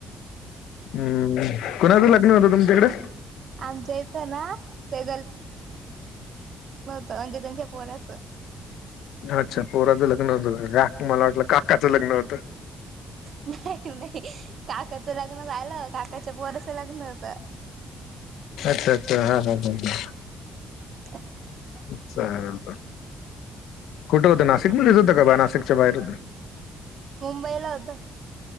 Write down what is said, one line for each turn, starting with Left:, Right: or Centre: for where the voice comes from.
Left: हम् कोणाचं लग्न होतं तुमच्याकडे
Right: आमच्या इथं ना ते अं ते तंज प पोराचं
Left: अच्छा पोराचं लग्न होत का मला वाटलं काकाचं लग्न होतं
Right: नाही नाही काकाचं लग्न झालं काकाच्या पोराचं लग्न होत
Left: अच्छा हा हा हा ह
Right: <inaudible>
Left: चांलत तर कुठे होतं नाशिकमध्येध्येच होतं का बा नाशिकच्या बाहेर
Right: मुंबईला होत